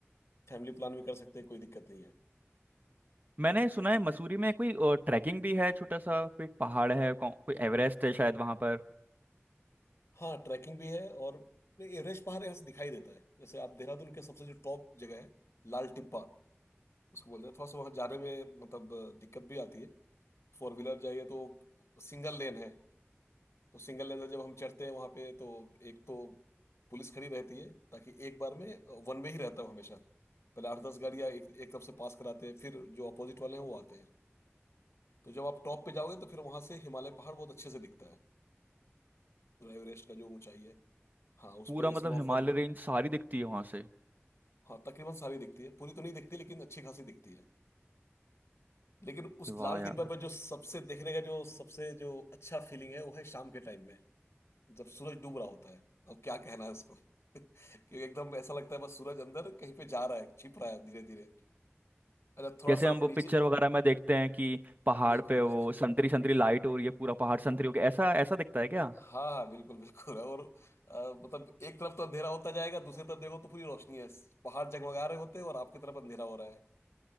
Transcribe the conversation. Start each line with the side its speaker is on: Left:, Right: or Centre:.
Left: फैमिली प्लान भी कर सकते हैं कोई दिक्कत नहीं
Right: मैंने सुना है मसूरी
Left: है
Right: में कोई ट्रैकिंग भी है छोटा सा कोई पहाड़ है को, कोई एवरेस्ट है शायद वहां पर
Left: हाँ ट्रैकिंग भी है और नहीं, एवरेस्ट पहाड़ यहाँ से दिखाई देता है जैसे आप देहरादून के सबसे जो टॉप जगह है लाल टिब्बा उसको बोलते हैं थोड़ा सा वहाँ जाने में मतलब अ, दिक्कत भी आती है फोर व्हीलर जाइए तो सिंगल लेन है तो सिंगल लेन से जब हम चढ़ते हैं वहाँ पे तो एक तो पुलिस खड़ी रहती है ताकि एक बार में वन वे ही रहता हूँ हमेशा पहले आठ दस गाड़ियाँ एक एक तरफ से पास कराते हैं फिर जो अपोजिट वाले हैं वो आते हैं तो जब आप टॉप पे जाओगे तो फिर वहाँ से हिमालय पहाड़ बहुत अच्छे से दिखता है पूरा एवरेस्ट का जो ऊंचाई है हाँ उसमें
Right: पूरा मतलब
Left: स्नोफॉल
Right: हिमालय रेंज सारी दिखती है वहां से
Left: हाँ तकरीबन सारी दिखती है पूरी तो नहीं दिखती लेकिन अच्छी खासी दिखती है लेकिन उस
Right: वाह
Left: लाल
Right: यार
Left: टिब्बा पर जो सबसे देखने का जो सबसे जो अच्छा फीलिंग है वो है शाम के टाइम में जब सूरज डूब रहा होता है अब क्या कहना है उसको <laughs> क्योंकि एकदम ऐसा लगता है बस सूरज अंदर कहीं पे जा रहा है छिप रहा है धीरे धीरे अच्छा थोड़ा
Right: जैसे
Left: सा
Right: हम
Left: आप
Right: वो पिक्चर
Left: नीचे
Right: वगैरह में देखते हैं कि पहाड़
Left: बिल्कुल
Right: पे वो
Left: बिल्कुल
Right: संतरी संतरी लाइट हो रही है पूरा पहाड़ संतरी हो गया ऐसा ऐसा दिखता है क्या
Left: <laughs> हाँ हाँ बिल्कुल बिल्कुल और अ, मतलब एक तरफ तो अंधेरा होता जाएगा दूसरी तरफ देखो तो पूरी रोशनी है पहाड़ जगमगा रहे होते हैं और आपकी तरफ अंधेरा हो रहा है